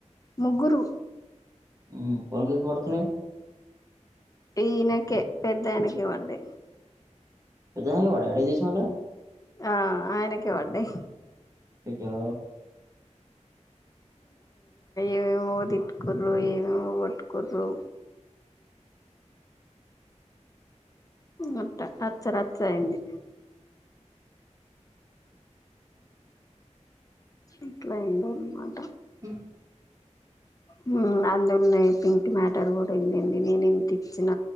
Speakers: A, on the left; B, on the right.
A: ముగ్గురు
B: హ్మ్ కొకిబర్తున్నాయి
A: ఈనకే పెద్ద ఆయనకే పడ్డాయి
B: పెద వాడ అడే చేస లా
A: ఆ ఆయనకే పడ్డాయి
B: ఇకా
A: ఏవేమో తిట్టుకూరు ఏమేమో కొట్టుకురు ముట్ట రచ్చరచ్చ అయింది అట్లా అయింది అనమాట
B: హ్మ్
A: మ్మ్ అందులోనే పింక్ మ్యాటర్ కూడా ఏందిండి నేను ఇంత ఇచ్చిన